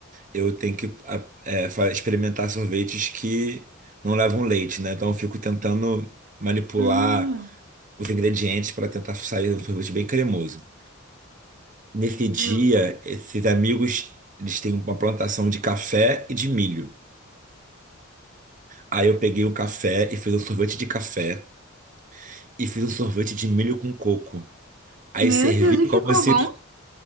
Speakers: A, on the right; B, on the right.
A: eu tenho que a- é, fa- experimentar sorvetes que não levam leite, né? Então eu fico tentando manipular
B: Hum,
A: os ingredientes para tentar sair um sorvete bem cremoso. Nesse dia,
B: justo.
A: esses amigos, eles têm uma plantação de café e de milho. Aí eu peguei o café e fiz um sorvete de café. e fiz um sorvete de milho com coco. Aí
B: Meu
A: servi
B: Deus, e ficou
A: como se,
B: bom?